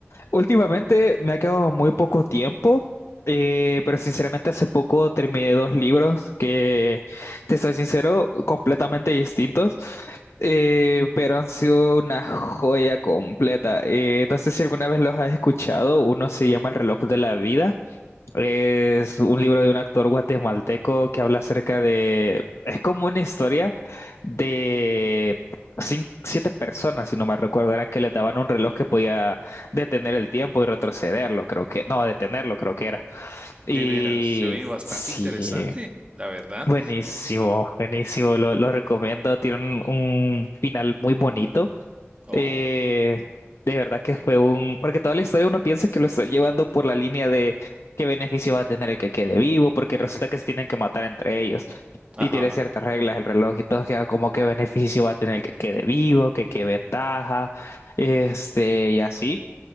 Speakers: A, on the left (about 75°); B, on the right (about 25°).
A: Últimamente me ha quedado muy poco tiempo, eh, pero sinceramente hace poco terminé dos libros que, te soy sincero, completamente distintos, eh, pero han sido una joya completa. Eh, no sé si alguna vez los has escuchado, uno se llama El reloj de la vida Es un libro de un actor guatemalteco que habla acerca de... Es como una historia de cin- siete personas, si no me recuerdo, eran que le daban un reloj que podía detener el tiempo y retrocederlo, creo que... No, detenerlo, creo que era. Y
B: De veras, se oye bastante
A: sí,
B: interesante, la verdad.
A: buenísimo, buenísimo, lo, lo recomiendo. Tiene un un final muy bonito.
B: Oh,
A: Eh, de verdad que fue un... Porque toda la historia uno piensa que lo está llevando por la línea de qué beneficio va a tener el que quede vivo, porque resulta que se tienen que matar entre ellos.
B: ajá,
A: Y tiene ciertas reglas el reloj y todo, que ah, como qué beneficio va a tener el que quede vivo, que qué ventaja, este, y así.